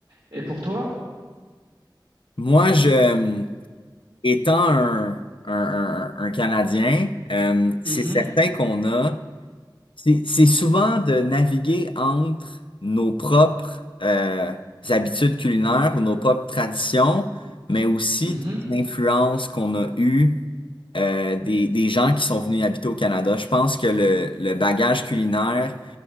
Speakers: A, on the right; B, on the left.
A: Et pour toi?
B: Moi, je, étant un, un, un- un Canadien, euh, c'est
A: Mhm,
B: certain qu'on a C'est c'est souvent de naviguer entre nos propres euh, habitudes culinaires ou nos propres traditions, mais aussi
A: mhm,
B: toute l'influence qu'on a eue euh, des, des gens qui sont venus habiter au Canada. Je pense que le, le bagage culinaire